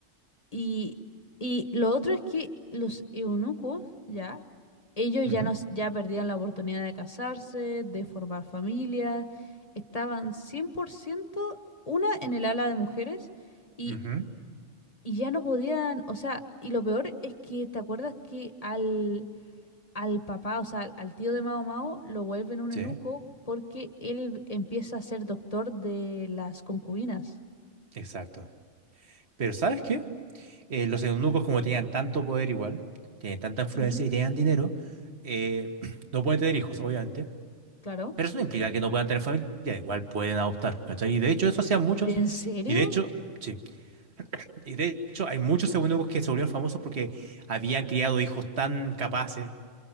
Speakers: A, on the left (about 30°); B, on the right (about 55°).
A: Y, y lo otro es que los eunucos, ya, ellos
B: ujú,
A: ya, nos, ya perdían la oportunidad de casarse, de formar familias, estaban 100% una en el ala de mujeres y,
B: ujú,
A: y ya no podían, o sea, y lo peor es que, ¿te acuerdas que al, al papá, o sea, al, al tío de Mao Mao, lo vuelven un
B: sí,
A: eunuco porque él empieza a ser doctor de las concubinas?
B: exacto. Pero ¿sabes qué? eh, los eunucos, como tenían tanto poder igual, tienen tanta influencia
A: Ujú,
B: y tenían dinero, eh, <clears throat> no pueden tener hijos, obviamente.
A: claro.
B: Pero eso no implica que no puedan tener familia, igual pueden adoptar, ¿cachai? Y de hecho, eso hacían muchos.
A: ¿En serio?
B: Y de hecho, sí. Y de hecho, hay muchos eunucos que se volvieron famosos porque habían criado hijos tan capaces